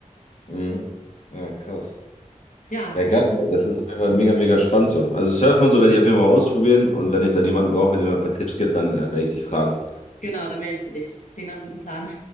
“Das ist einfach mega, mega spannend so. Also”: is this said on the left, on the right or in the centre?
Left